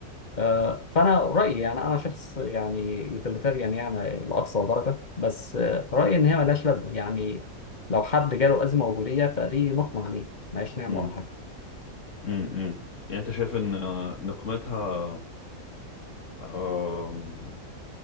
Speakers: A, on the left; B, on the left.
A: آه، فانا رايي يعني انا شخص يعني يوتيليتاريان يعني لاقصى درجه بس آه، رايي ان هي ملهاش لازمه يعني لو حد جاله ازمه وجوديه فدي نقمه عليه ملهاش نعمه
B: امم
A: ولا حاجه
B: امم يعني انت شايف ان آه، نقمتها آم،